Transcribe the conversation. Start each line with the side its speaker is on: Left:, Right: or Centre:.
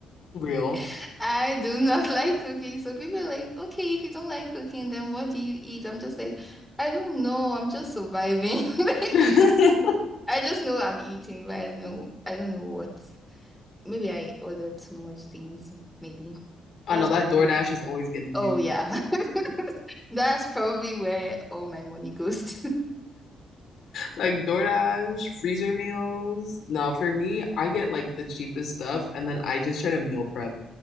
Left: Real.
Centre: <laughs> I do not <laughs> like cooking. So people are like, "Okay, if you don't like cooking, then what do you eat?" I'm just like, I don't know. I'm just surviving. <laughs> Like,
Left: <laughs> I
Centre: I just know I'm eating, but I don't know. I don't know what. Maybe I order too much things. Maybe that's
Left: know that
Centre: probably
Left: DoorDash is always getting
Centre: Oh
Left: you.
Centre: yeah. <laughs> That's probably where all my money goes to. <laughs>
Left: Like DoorDash, freezer meals. No, for me, I get like the cheapest stuff and then I just try to meal prep